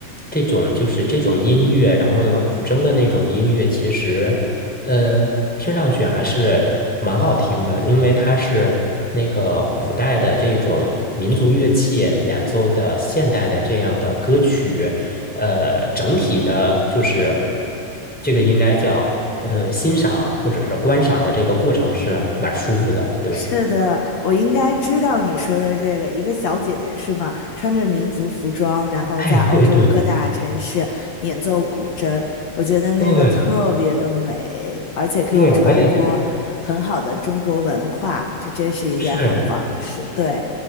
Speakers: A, in the centre; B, on the left.
A: 这种就是这种音乐，然后呢古筝的那种音乐，其实。呃，听上去还是蛮好听的，因为它是那个古代的这种民族乐器演奏的现代的这样的歌曲，呃，整体的就是这个应该叫呃欣赏或者是观赏的这个过程是蛮舒服的，对。
B: 是的，我应该知道你说的这个，一个小姐姐是吗？穿着民族服装，然后在欧洲各大城市演奏古筝，
A: 哎，对对对
B: 我觉得那个特别的美，
A: 对
B: 而且可以传播很好的中国文化，
A: 对，我也
B: 这真是一件很棒的事。
A: 是，
B: 对，